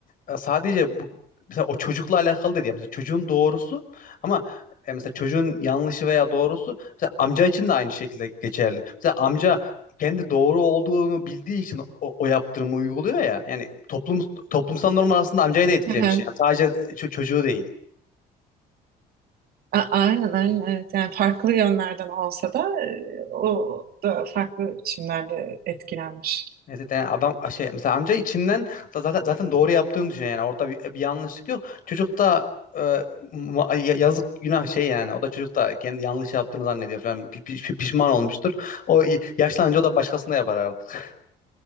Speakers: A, on the left; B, on the right.
A: e, sadece bu mesela o çocukla alakalı dedi. ya. Mesela çocuğun doğrusu ama e, mesela çocuğun yanlışı veya doğrusu mesela amca için de aynı şekilde geçerli. Mesela amca kendi doğru olduğunu bildiği için o, o yaptırımı uyguluyor ya. Yani toplum toplumsal norm aslında amcayı da etkilemiş.
B: Aha.
A: Yani sadece e, ço- çocuğu değil.
B: A- Aynen aynen evet. Yani farklı yönlerden olsa da e, o da farklı biçimlerde etkilenmiş.
A: Evet evet, yani adam şey mesela amca içinden da zaten zaten doğru yaptığını düşünüyor yani orada bir, bir yanlışlık yok. Çocuk da e, ma- ya- yazık günah şey yani o da çocuk da kendi yanlış yaptığını zannediyor falan Pi- pi- pi- pişman olmuştur. O i- yaşlanınca o da başkasına yapar artık.